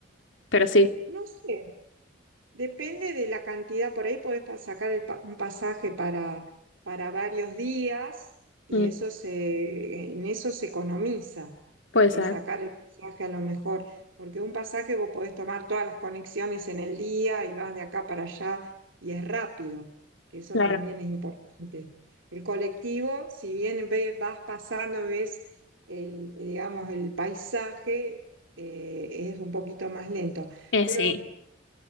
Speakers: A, on the left; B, on the right.
A: Pero sí,
B: No sé, Depende de la cantidad, por ahí podés pa- sacar el pa- un pasaje para, para varios días y
A: mm,
B: eso se, en eso se economiza,
A: puede
B: que
A: ser,
B: sacar el pasaje a lo mejor, porque un pasaje vos podés tomar todas las conexiones en el día y vas de acá para allá y es rápido, que eso
A: claro.
B: también es importante. El colectivo, si bien ve- vas pasando, ves el, digamos, el paisaje, eh, es un poquito más lento,
A: Eh,
B: pero...
A: sí,